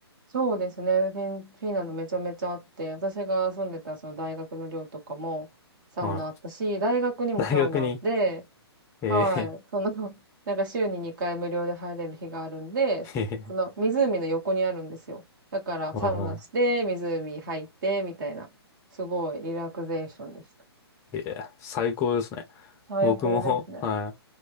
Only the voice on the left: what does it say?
はい。
大学に、
えー
<laughs>
はいはい
いや、最高ですね。
僕も、は